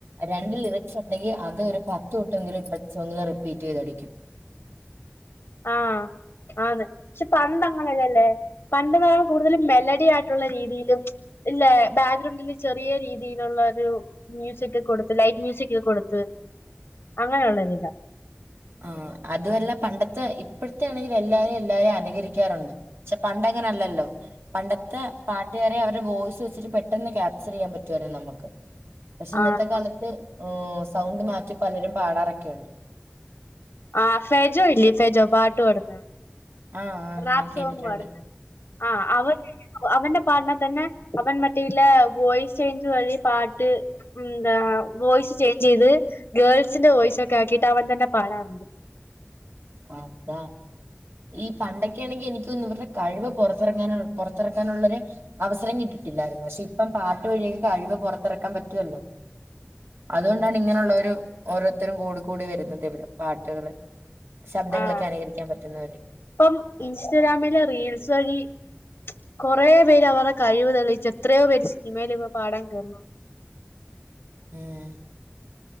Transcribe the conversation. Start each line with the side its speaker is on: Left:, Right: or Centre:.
Right: രണ്ട് ലിറിക്സ് ഉണ്ടെങ്കി അത് ഒരു പത്ത് വെട്ടെങ്കിലും ഇസ് ഒ റിപ്പീറ്റ് ചെയ്തടിക്കും
Left: ആഹ് ആന്ന് പക്ഷെ പണ്ട് അങ്ങനെല്ലല്ലേ പണ്ട്ന്ന് പറഞ്ഞൽ കൂടുതലും മെലഡി ആയിട്ട രീതിയിലും ഇല്ല ബാക്ക്ഗ്രൗണ്ടില് ചെറിയ രീതിയിലുള്ള ഒരു മ്യൂസിക് കൊടുത്ത് ലൈറ്റ് മ്യൂസിക് കൊടുത്ത് അങ്ങനെയള്ളരി ഇതാ
Right: ആ അതുമല്ല പണ്ടത്തെ ഇപ്പഴത്തെ ആണെങ്കിൽ എല്ലാരും എല്ലാരെയും അനുകരിക്കാറുണ്ട് പ പണ്ടങ്ങനെ അല്ലല്ലോ പണ്ടത്തെ പാട്ടുകാര അവരുടെ വോയിസ് വെച്ചിട്ട് പെട്ടെന്ന് ക്യാപ്ചർ ചെയ്യാൻ പറ്റുവല്ലരുന്നു നമുക്ക് പക്ഷെ ഇന്നത്തെ
Left: ആഹ്
Right: കാലത്ത് സൗണ്ട് മാറ്റി പലരും പാടാറൊക്കെയുണ്ട്
Left: ആഹ് ഫെജോ ഇല്ലേ ഫെജോ പാട്ട് പടന്ന
Right: ആഹ് ആഹ്
Left: റപ്
Right: ഞാൻ കേട്ടിട്ടുണ്ട്
Left: സോങ് പാടുന്ന ആഹ് അവ അവന്റെ പാടിനാ തന്നെ അവൻ മറ്റല്ല വോയിസ് ചേഞ്ച് വഴിയ പാട്ട് എന്താ വോയ്സ് ചേഞ്ച് ചെയ്ത് ഗേൾസിന്റെ വോയിസ് ഒക്കെ ആക്കിട്ട് അവൻ തന്നെ പാടാറുണ്ട്
Right: അതാ ഈ പണ്ടൊക്കെയാണെങ്കിൽ എനിക്കൊന്ന ഇവരുടെ കഴിവ് പുറത്തിറങ്ങാന പുറത്തിറക്കാനുള്ളരു അവസരം കിട്ടിട്ടില്ലായിരുന്നു പക്ഷെ ഇപ്പം പാട്ട് വഴിയെങ്കിൽ കഴിവ് പുറത്തിറക്കാൻ പറ്റുവല്ലോ അതുകൊണ്ടാണ് ഇങ്ങനെയുള്ള ഒരു ഓരോരുത്തരും കൂട കൂടി വരുന്നത് ഇവിടെ പാട്ടുകള് ശബ്ദങ്ങളൊക്കെ
Left: ആ
Right: അനുകരിക്കാൻ പറ്റുന്നവര്
Left: ഇപ്പം ഇൻസ്റ്റഗ്രാമില് റീൽസ് വഴി കുറെ പേര് അവടെ കഴിവ് തെളിയിച്ച എത്രയോ പേര് സിനിമയില് പാടാൻ കേറി
Right: ഉം